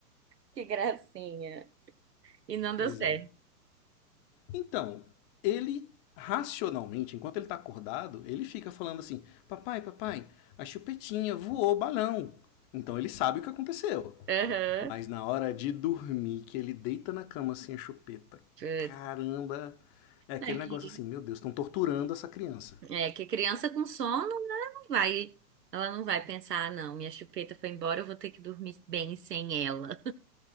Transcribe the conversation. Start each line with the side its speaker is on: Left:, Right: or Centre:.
Right: Que gracinha. E não
Left: Pois
Right: deu certo.
Left: é. Então, ele racionalmente, enquanto ele está acordado, ele fica falando assim: Papai, papai, a chupetinha voou o balão. Então ele sabe o que aconteceu.
Right: Aham.
Left: Mas na hora de dormir, que ele deita na cama assim a chupeta,
Right: Putz.
Left: caramba, é aquele
Right: É que,
Left: negócio assim: Meu Deus, estão torturando essa criança.
Right: é que criança com sono, né? não vai, ela não vai pensar, ah, não, minha chupeta foi embora, eu vou ter que dormir bem sem ela.